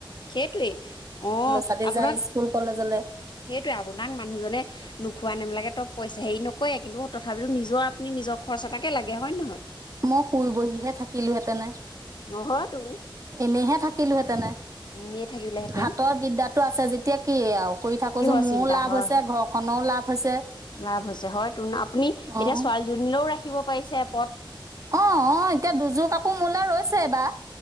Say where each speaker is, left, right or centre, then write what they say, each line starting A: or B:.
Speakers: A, on the left; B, on the right.
A: সেইটোৱে অ
B: ছোৱালী
A: আপোনাক
B: যায়
A: সেইটোৱে
B: স্কুল কলেজলৈ
A: আপোনাক মানুহজনে নোখোৱা নেমেলাকে থ পইচা হেৰি নকৰে কিন্তু তথাপিতো নিজৰ আপুনি নিজৰ খৰচ এটাকে লাগে হয় নহয়?
B: মই শুই বহিহে থাকিলোহেঁতেনে।
A: নহয় তোন
B: এনেহে থাকিলোহেঁতেনে
A: এনেই থাকিলেহেঁতেন
B: হাতৰ বিদ্যাটো আছে যেতিয়া কি আও কৰি থাকোচোন
A: কিহৰ
B: মোৰো
A: চিন্তা
B: লাভ
A: হয়
B: হৈছে
A: হয়
B: ঘৰখনৰো লাভ। হৈছে।
A: লাভ হৈছে হয়তোন আপুনি
B: অঁ
A: এতিয়া ছোৱালীজনীলৈও ৰাখিব পায়িছে <inaudible>
B: অঁ অঁ এতিয়া <unintelligible> ৰৈছে বা